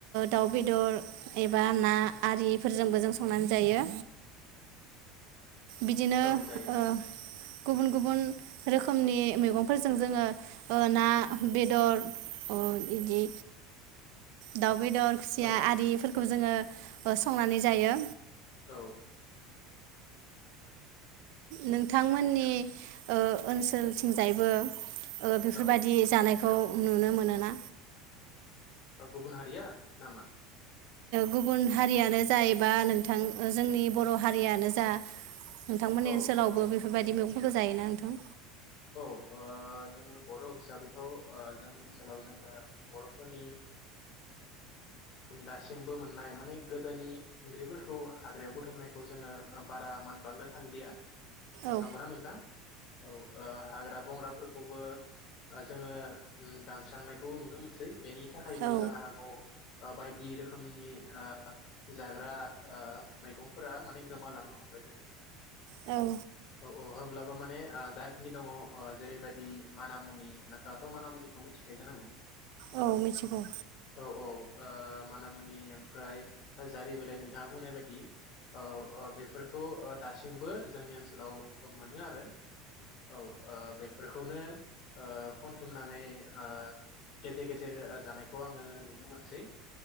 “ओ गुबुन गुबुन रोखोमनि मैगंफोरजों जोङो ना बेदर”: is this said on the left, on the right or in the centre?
Right